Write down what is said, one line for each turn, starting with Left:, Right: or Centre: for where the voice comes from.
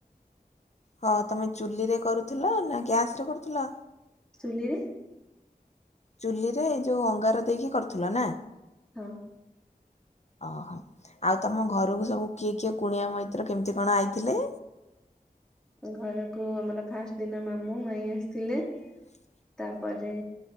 Left: ହଁ ତମେ ଚୁଲିରେ କରୁଥିଲ ନା ଗ୍ୟାସରେ କରୁଥିଲ?
Centre: ଚୁଲିରେ।
Left: ଚୁଲିରେ ଏଇ ଯୋଉ ଅଙ୍ଗାର ଦେଇକି କରୁଥିଲ ନା?
Centre: ହୁଁ।
Left: ଓହୋଃ, ଆଉ ତମ ଘରକୁ ସବୁ କିଏ କିଏ କୁଣିଆ ମୈତ୍ର କେମିତି କଣ ଆଇଥିଲେ?
Centre: ଘରକୁ ଆମର ଫାଷ୍ଟ ଦିନ ମାମୁଁ ମାଇଁ ଆସିଥିଲେ।
Left: ପାଇଁ ଆସିଥିଲେ
Centre: ତାପରେ